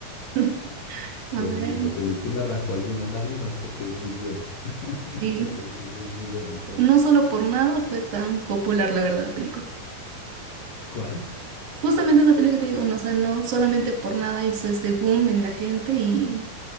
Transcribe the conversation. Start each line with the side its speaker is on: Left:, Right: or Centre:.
Right: <laughs>
Left: Bueno,
Right: A ver,
Left: si la película arrancó algunas lágrimas porque es muy buena. <laughs>
Right: sí,
Left: Ese es, ese es mi lema.
Right: no solo por nada fue tan popular, la verdad, la película.
Left: ¿Cuál?
Right: Justamente esa película que te digo, no, o sea, no solamente por nada hizo este boom en la gente y